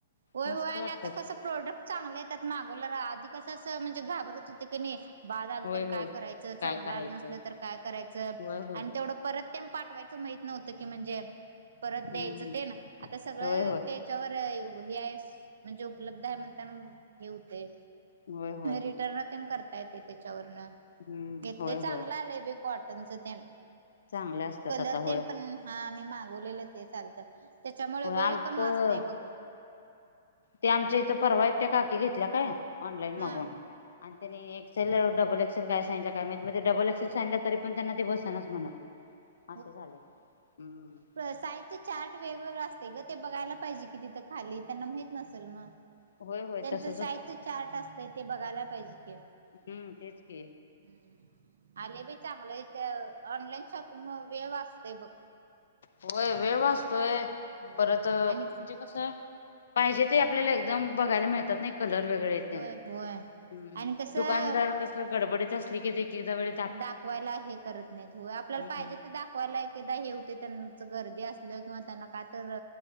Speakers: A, on the right; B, on the left.
A: होय
B: मस्त
A: होय आणि
B: वाटतात
A: आता कस. प्रोडक्ट चांगला आहे त्यात मागवल्याला आधी कसं असं म्हणजे घाबरत होते क नाही. बाद आलं
B: होय
A: तर
B: होय
A: काय करायचं
B: काय
A: चांगलं
B: करायचं
A: आलं नसलं तर काय करायचं
B: होय होय
A: आणि. तेवढं परत ते पाठवायचं माहित नव्हतं की म्हणजे. परत द्यायचं
B: हम्म हम्म.
A: ते ना आता सगळं
B: होय होय
A: ते. त्याच्यावर हे आहे म्हणजे उपलब्ध आहे म्हणताना हे होते.
B: होय होय
A: रिटर्न त्यां करता येते त्याच्यावरन.
B: हम्म
A: घेतलंय
B: होय
A: चांगलं
B: होय
A: आलंय बे कॉटनचं ते.
B: चांगले असतात
A: कलर
B: आता
A: तेन
B: होय
A: पण हा मी मागवलेलं ते चालत. त्याच्यामुळे
B: होय
A: वेळ
B: आमचं
A: पण वाचतेय बघ.
B: ते आमच्या इथं परवा एकट्या काकी घेतल्या काय ऑनलाईन
A: हा
B: मागून. आणि त्यांनी एक्सेल डबल एक्सेल काय सांडलं काय ते डबल एक्सेल सांडलं तरी पण त्यांना ते बसनाच म्हण.
A: ह.
B: असं झालं हम्.
A: साईझ चार्ट वेगवेगळं असते ग ते बघायला पाहिजे की तिथं खाली त्यांना. नल मग
B: होय होय
A: त्यांच
B: तसच
A: साईजच
B: होत
A: चार्ट असत ते बघायला पाहिजे कि.
B: हम्म तेच क
A: हम्म आले बा चांगलं इथ ऑनलाईन शॉपिंग वेळ वाचतय बघ.
B: होय वेळ वाचतोय
A: होय
B: परत म्हणजे.
A: आणि
B: कस पाहिजे ते आपल्याला एकदम बघायला मिळतात नाही. कलर वेगळे आहेत त्यांचे,
A: होय होय आणि कसं
B: दुकानदार कस गडबडीत असली किएक एखाद्या वेळेस.
A: दाखवायला हे करत नाहीत आपल्याला
B: हम्म
A: पाहिजे ते दाखवायला अकेकदा हे होते. त्यांनाच गर्दी असलं किंवा त्यांना काय तर.